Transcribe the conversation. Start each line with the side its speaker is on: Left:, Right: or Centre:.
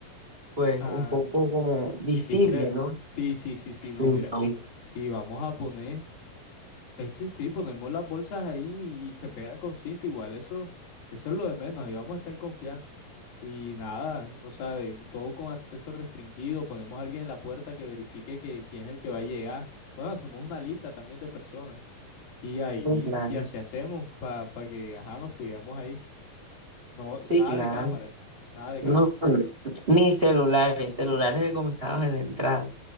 Right: pues,
Left: Ah,
Right: un poco como visible,
Left: indiscreto.
Right: ¿no?
Left: Sí, sí, sí, sí,
Right: Sí,
Left: no, mira.
Right: sí,
Left: Sí, vamos a poner. Eche, sí, ponemos las bolsas ahí y se pegan con cinta, igual, eso, eso es lo de menos, ahí vamos a estar en confianza. Y nada, o sea, y todo con acceso restringido, ponemos a alguien en la puerta que verifique que, quién es el que va a llegar. Bueno, hacemos una lista también de personas. Y ahí,
Right: sí, claro.
Left: y así hacemos para que, ajá, nos cuidamos ahí. No,
Right: Sí,
Left: nada
Right: claro.
Left: de cámaras, nada de
Right: No,
Left: cámaras.
Right: ni celulares, celulares decomisados en la entrada.